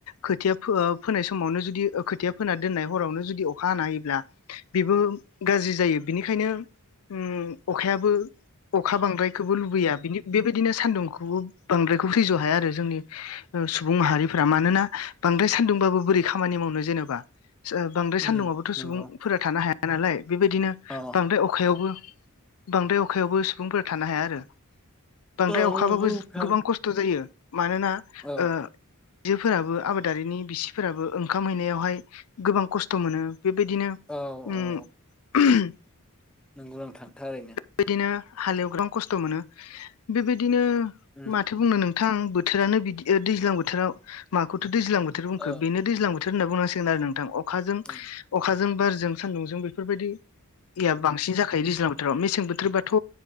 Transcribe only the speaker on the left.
खोथिया फो-फोनाय समावनो जुदि खोथिया फोना दोननाय हरावनो जुदि अखा हाना होयोब्ला बेबो गाज्रि जायो बेनिखायनो ओम अखायाबो अखा बांद्रायखोबो लुबैया बिनि बेबायदिनो सान्दुंखौबो। बांद्रायखौ सैज' हाया आरो जोंनि ओ सुबुं माहारिफोरा मानोना बांद्राय सान्दुं बाबो बोरै खामानि मावनो जेनेबा बांद्राय सान्दुंङआबोथ'
सुबुं फोरा थानो हाया नालाय बेबायदिनो
बांद्राय अखायावबो बांद्राय अखायावबो सुबुंफोरा थानो हाया आरो बांद्राय
अखाबाबो
गोबां खस्थ' जायो मानोना
ओ आइजोफोराबो आबादारिनि बिसि फोराबो ओंखाम हैनायावहाय गोबां खस्थ' मोनो बेबायदिनो
उम
<unintelligible>
बेबायदिनो हालेव गोबां खस्थ' मोनो बेबायदिनो
माथो बुंनो नों गोजां बोथोरानो बिदि ओ दैज्लां बोथोराव माखौथ' दैज्लां बोथोर बुंखो।
बेनो दैज्लां बो होनना बुंनांसिगोन आरो नोंथां अखाजों
अखाजों बारजों सान्दुंजों बेफोरबायदि या बांसिन जाखायो दैज्लां बोथोराव मेसें बोथोरबाथ'